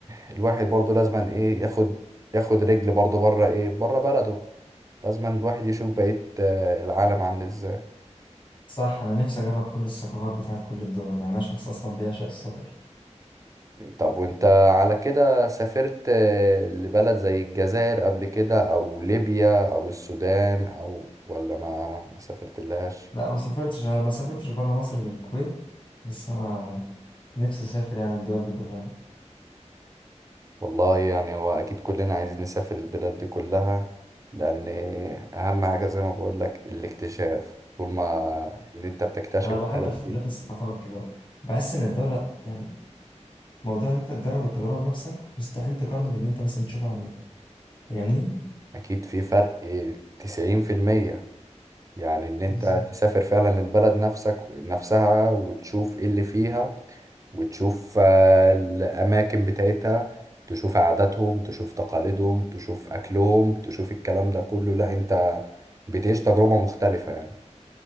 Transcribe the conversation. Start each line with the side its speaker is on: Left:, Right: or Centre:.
Right: الواحد برضو لازما ايه ياخد ياخد رجل برضو بره ايه بره بلده لازما الواحد يشوف بقية اه، العالم عامل ازاي
Left: صح أنا نفسي أجرب كل الثقافات بتاعت كل الدول يعني أنا شخص أصلا بيعشق السفر
Right: طب وانت على كده سافرت آه، لبلد زي الجزائر قبل كده او ليبيا او السودان او ولا ما ما سافرت لهاش
Left: لا ما سافرتش أنا ما سافرتش بره مصر غير الكويت بس أنا نفسي أسافر يعني الدول دي كلها
Right: والله يعني هو اكيد كلنا عايزين نسافر البلاد دي كلها لان اهم حاجة زي ما بقول لك الاكتشاف طول ما ان انت بتكتشف
Left: انا بحب
Right: البلد
Left: اختلاف
Right: دي
Left: الثقافات كده بحس ان الدولة يعني موضوع ان انت تجرب التجربة بنفسك مستحيل تقارنه بان انت مثلا تشوفها على النت فاهمني
Right: اكيد في فرق 90% يعني ان انت
Left: بالظبط
Right: تسافر فعلا للبلد نفسك نفسها وتشوف ايه اللي فيها وتشوف آه، الأماكن بتاعتها تشوف عاداتهم تشوف تقاليدهم تشوف أكلهم تشوف الكلام ده كله لا أنت بتعيش تجربة مختلفة يعني